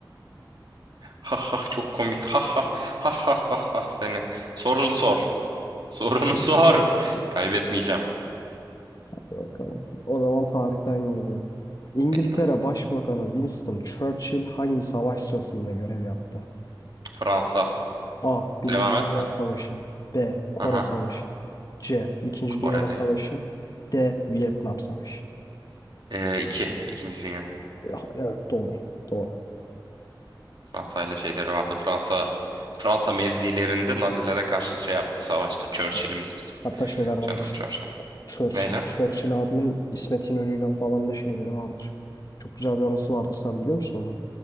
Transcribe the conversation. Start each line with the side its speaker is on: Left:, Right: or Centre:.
Right: Ha ha çok komik. Ha ha ha ha ha ha seni. Sorun sor. Sorunu <laughs> sor.
Left: <laughs>
Right: Kaybetmeyeceğim.
Left: Bakalım. O zaman tarihten geliyor. İngiltere
Right: Eyvah.
Left: Başbakanı Winston Churchill hangi savaş sırasında görev yaptı?
Right: Fransa.
Left: A. Birinci
Right: Devam
Left: Dünya
Right: et de.
Left: Savaşı B. Kore
Right: Aha.
Left: Savaşı C. İkinci
Right: Kore
Left: Dünya
Right: değil.
Left: Savaşı D. Vietnam Savaşı
Right: Ee, iki. İkinci Dünya.
Left: Ya, Evet doğru. Doğru.
Right: Fransa ile şeyleri vardı. Fransa Fransa mevzilerinde Nazilere karşı şey yaptı. Savaştı. Churchill'imiz
Left: Tamam.
Right: bizim.
Left: Hatta şeyler de
Right: Canım
Left: var işte.
Right: Churchill.
Left: Churchill,
Right: Neyle?
Left: Churchill abimin İsmet İnönü'yle falan da şeyleri vardır. Çok güzel bir anısı vardır sen biliyor musun onu?